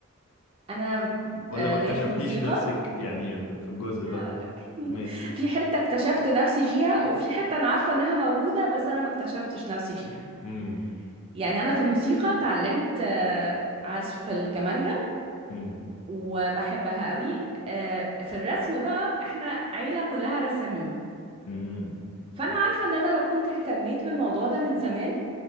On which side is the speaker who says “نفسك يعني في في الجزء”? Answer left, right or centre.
Left